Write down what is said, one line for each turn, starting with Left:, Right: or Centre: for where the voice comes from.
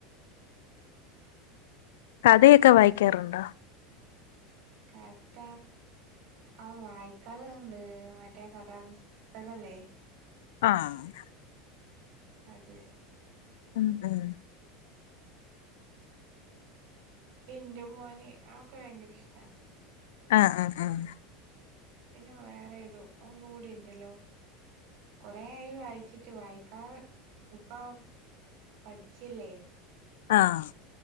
Left: കഥയൊക്കെ വായിക്കാറുണ്ടോ
Right: കഥ ആ വായിക്കറുണ്ട് മറ്റേ കഥാപുസ്തകില്ലേ
Left: ആഹ്
Right: അതെ
Left: ഉം ഉം
Right: ടിൻ്റു മോന് അതൊക്കെ ഭയങ്കരിഷ്ടാ.
Left: ആഹ് ആഹ് ആഹ്
Right: പിന്നെ വേറേതോ ഒന്നും കൂടി ഇണ്ടല്ലോ? കൊറേയായി വായിച്ചിട്ട് വായിക്കാ ഇപ്പൊം പഠിച്ചീല്ലേ.
Left: ആഹ്